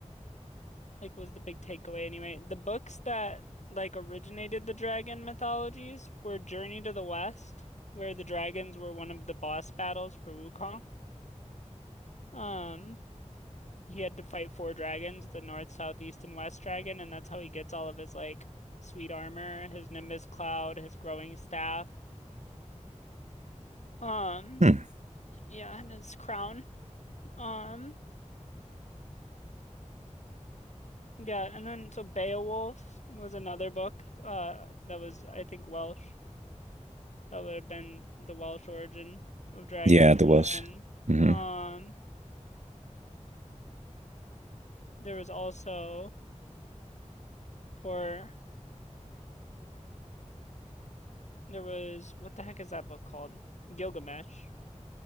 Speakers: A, on the left (about 65°); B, on the right (about 65°).
A: like was the big takeaway anyway. The books that like originated the dragon mythologies were Journey to the West, where the dragons were one of the boss battles for Wukong. Um, he had to fight four dragons, the North, South, East, and West dragon, and that's how he gets all of his like sweet armor, his Nimbus cloud, his growing staff. Um,
B: Hmm.
A: yeah, and his crown. Um, yeah, and then so Beowulf was another book, uh, that was I think Welsh. That would have been the Welsh origin of dragons.
B: Yeah, the
A: And
B: Welsh.
A: then
B: hmm
A: um there was also for there was what the heck is that book called? Gilgamesh.